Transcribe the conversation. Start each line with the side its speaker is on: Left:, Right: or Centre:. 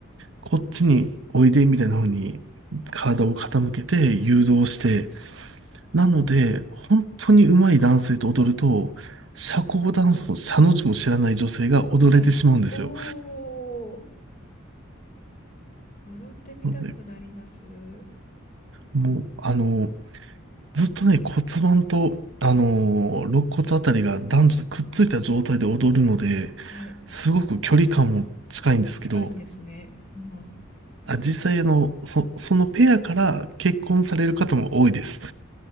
Right: こっちにおいでみたいな風に体を傾けて誘導して、なので、本当に上手い男性と踊ると、社交ダンスの社の字も知らない女性が踊れてしまうんですよ。
Left: はい。おお。踊ってみたくなります。
Right: なので、もう、あの、ずっとね、骨盤と、あの、肋骨あたりが男女とくっついた状態で踊るので、
Left: はい。
Right: すごく距離感も近いんですけど、
Left: 近いんですね。うん。
Right: あ実際あの、そ、そのペアから結婚される方も多いです。